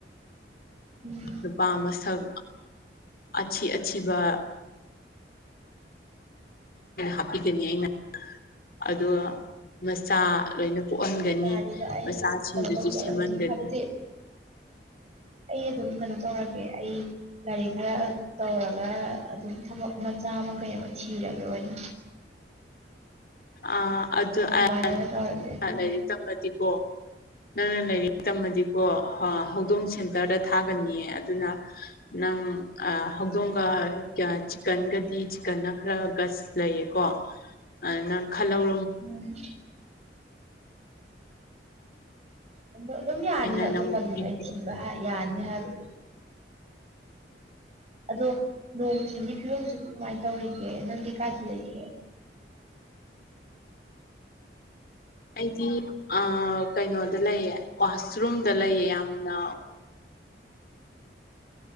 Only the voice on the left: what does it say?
ꯅꯨꯄꯥ ꯃꯁꯛ ꯑꯊꯤ ꯑꯊꯤꯕ ꯍꯥꯞꯄꯤꯒꯅꯤ ꯑꯩꯅ ꯑꯗꯨꯒ ꯃꯆꯥ ꯂꯣꯏꯅ ꯄꯣꯛꯍꯟꯒꯅꯤ
ꯃꯆꯥꯁꯤꯡꯗꯨꯁꯨ
ꯁꯦꯝꯍꯟꯒꯅꯤ
ꯑ ꯑꯗꯨꯗꯤ
ꯇꯝꯃꯗꯤꯀꯣ ꯅꯪꯅ ꯂꯩꯥꯏꯔꯤꯛꯉꯩ ꯇꯝꯃꯗꯤꯕꯣ ꯍꯧꯗꯣꯡ ꯁꯦꯟꯇꯔꯗ ꯊꯥꯒꯅꯤꯌꯦ ꯑꯗꯨꯅ ꯅꯪ ꯍꯧꯗꯣꯡꯒ ꯆꯤꯛꯀꯟꯒꯗꯤ ꯆꯤꯛꯀꯟꯅ ꯈꯔ ꯂꯩꯌꯦ ꯀꯣ ꯑꯅꯪ ꯈꯜꯂꯧ
ꯑꯩꯅ
ꯅꯪꯕꯨ
ꯄꯤꯕꯤꯗ
ꯑꯩꯗꯤ ꯀꯩꯅꯣꯗ ꯂꯩꯑ ꯋꯥꯁꯔꯨꯝꯗ ꯂꯩꯑ ꯌꯥꯝꯅ